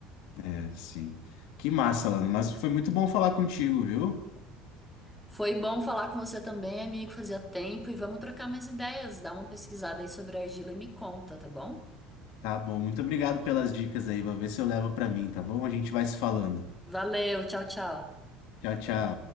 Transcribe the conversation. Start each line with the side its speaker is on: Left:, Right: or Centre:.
Left: É, sim. Que massa, Lana. Mas foi muito bom falar contigo, viu?
Centre: Foi bom falar com você também, amigo, fazia tempo e vamos trocar mais ideias, dá uma pesquisada aí sobre a argila e me conta, tá bom?
Left: Tá bom, muito obrigado pelas dicas aí. Vou ver se eu levo pra mim, tá bom? A gente vai se falando.
Centre: Valeu, tchau, tchau.
Left: Tchau, tchau.